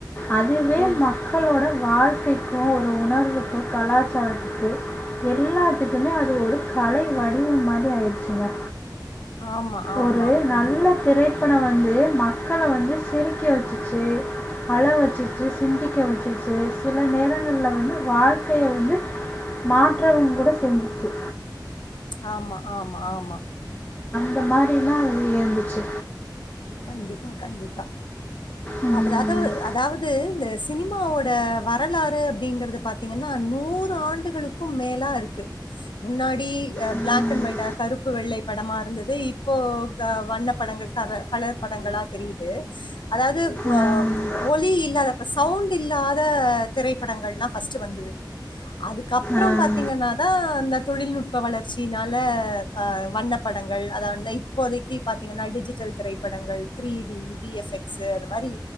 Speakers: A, on the left; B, on the left.
A: அதுவே
B: ம்
A: மக்களோட வாழ்க்கைக்கு ஒரு உணர்வுக்கு கலாச்சாரத்துக்கு எல்லாத்துக்குமே அது ஒரு கலை வடிவம் மாரி ஆயிரு ச்சுங்க
B: ஆமா ஆமா
A: ஒரு
B: கண்டிப்பா
A: நல்ல திரைப்படோ வந்து மக்கள வந்து சிரிக்க வச்சுச்சு அழ வச்சிருச்சு சிந்திக்க வச்சிருச்சு சில நேரங்கள்ல வந்து வாழ்க்கைய வந்து மாற்றவங் கூட செஞ்சிச்சு
B: ஆமா ஆமா ஆமா
A: ந்த மாரிலா இருந்துச்சு
B: கண்டிப்பா கண்டிப்பா
A: உம்
B: அப்பதாது அதாவது இந்தஸ் சினிமாவோட வரலாறு அப்டிங்கறது பாத்தீங்கன்னா நூறு ஆண்டுகளுக்கு மேலா இருக்கு முன்னாடி
A: உம்
B: பிளாக் அண்ட் ஒயிட்டா கருப்பு வெள்ளை படமா இருந்தது இப்போ வண்ணப்படங்கள் கலர் கலர் படங்களா தெரியுது அதாவது வோ
A: அஹ்
B: ஒலி இல்லாத‌ ப்ப சவுண்ட் இல்லாத திரைப்படங்கள்ளா ஃபஸ்ட் வந்துது அதுக்கப்புறோ
A: அஹ்
B: பாத்தீங்கன்னா தா இந்த தொழில்நுட்ப வளர்ச்சினால வண்ணப்படங்கள் அதாவ இப்போதைக்கு பாத்தீங்கன்னா டிஜிட்டல் திரை படங்கள் த்ரீ டி விஎஃப் எக்ஸ் அது மாரி